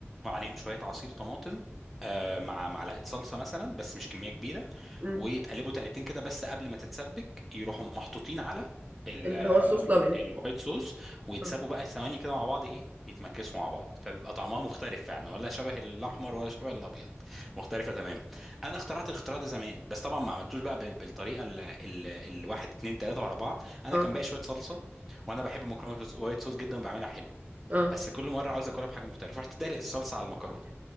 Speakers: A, in the centre; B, on the right.
A: وعليهم شويه عصير طماطم آه، مع معلقه صلصه مثلا بس مش كميه كبيره
B: مم.
A: ويتقلبوا تقلبتين كده بس قبل ما تتسبك يروحوا محطوطين على ال-
B: اللي
A: آه،
B: هو الصوص الابيض
A: الوايت صوص ويتسابوا
B: اه
A: بقى ثواني كده مع بعض ايه يتمكسوا مع بعض فبيبقى طعمها مختلف يعني ولا شبه الاحمر ولا شبه الابيض مختلفه تماما انا اخترعت الاختراع ده زمان بس طبعا ما عملتوش بقى بال- بالطريقه ال- ال- الواحد اتنين تلاته ورا بعض انا
B: اه
A: كان باقي شويه صلصه وانا بحب مكرونه وايت صوص جدا وبعملها حلو
B: اه
A: بس كل مره عاوز اكلها بحاجه مختلفه رحت دلق الصلصه على المكرونه